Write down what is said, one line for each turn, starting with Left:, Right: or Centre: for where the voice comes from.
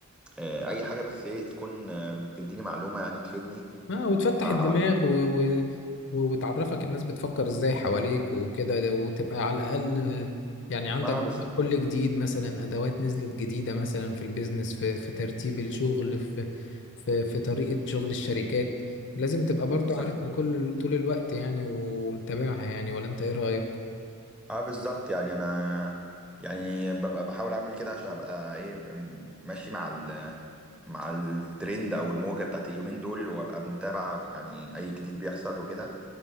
Centre: آه اي حاجة بس ايه تكون آه بتديني معلومة يعني تفيدني
Left: اه وتفتح
Centre: اه
Left: الدماغ و... و... و- وتعرفك الناس بتفكر ازاي حواليك وكده وتبقى على الاقل يعني عندك
Centre: اه بالظبط
Left: كل جديد مثلا ادوات نزلت جديدة مثلا في البيزنس في في ترتيب الشغل في في في طريقة شغل الشركات لازم تبقى برضو
Centre: بالظبط
Left: عارفها كل طول الوقت يعني ومتابعها يعني ولا انت ايه رأيك؟
Centre: اه بالظبط يعني انا يعني ببقى بحاول اعمل كده عشان ابقى ايه م- ماشي مع ال مع الترند او الموجه بتاعت اليومين دول وابقى متابع يعني اي جديد بيحصل وكده